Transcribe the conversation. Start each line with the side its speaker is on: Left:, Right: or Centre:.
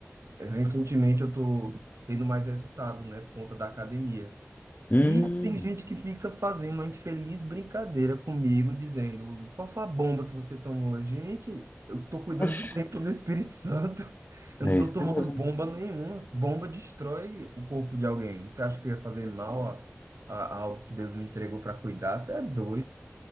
Right: eh, recentemente eu tô tendo mais resultado, né, por conta da academia.
Left: Hum,
Right: E tem gente que fica fazendo uma infeliz brincadeira comigo, dizendo: qual foi a bomba que você tomou? Gente, eu tô cuidando
Left: oxe.
Right: do templo do Espírito Santo. <laughs> Eu
Left: É
Right: não tô
Left: isso
Right: tomando
Left: mesmo.
Right: bomba nenhuma. Bomba destrói o corpo de alguém. Você acha que eu ia fazer mal a, a- a algo que Deus me entregou para cuidar? Você é doido.